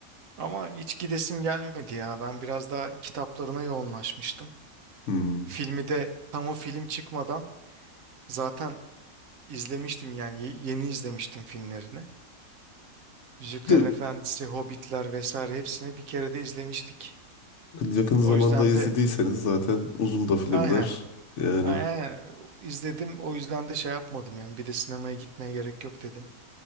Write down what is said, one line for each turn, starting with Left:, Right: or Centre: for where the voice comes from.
Right: Ama hiç gidesim gelmedi ya. Ben biraz daha kitaplarına yoğunlaşmıştım.
Left: Hmm.
Right: Filmi de tam o film çıkmadan zaten izlemiştim yani ye- yeni izlemiştim filmlerini. Yüzüklerin
Left: De,
Right: Efendisi, Hobbitler vesaire hepsini bir kere de izlemiştik.
Left: yakın zamanda
Right: O yüzden
Left: izlediyseniz
Right: de
Left: zaten uzun da filmler
Right: aynen.
Left: yani.
Right: Aynen. aynen. İzledim. O yüzden de şey yapmadım yani. Bir de sinemaya gitmeye gerek yok dedim.